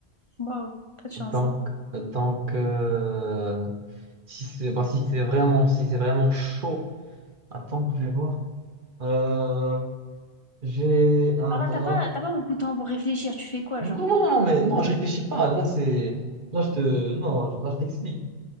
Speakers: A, on the left; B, on the right.
A: Waouh, pas de chance,
B: Donc,
A: hein.
B: donc euh, si c'est bah, si c'est vraiment, si c'est vraiment chaud, attends que je vais voir. Euh, j'ai un
A: Alors
B: drap.
A: là, t'as pas, t'as pas beaucoup de temps pour réfléchir. Tu fais quoi,
B: Non,
A: genre?
B: non, non, non, mais non, je réfléchis pas. Là, c'est. Là, je te. Non, là, je t'explique.